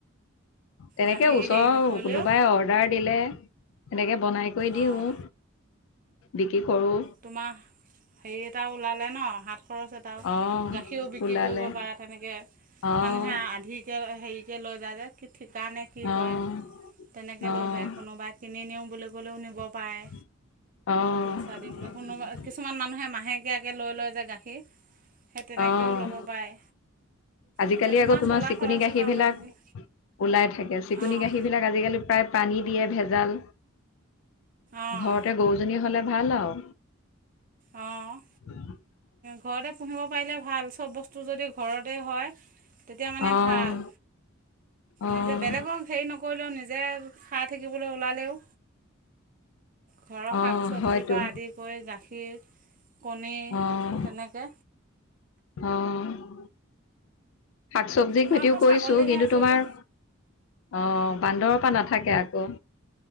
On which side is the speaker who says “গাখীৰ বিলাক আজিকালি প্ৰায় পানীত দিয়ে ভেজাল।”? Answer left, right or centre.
Left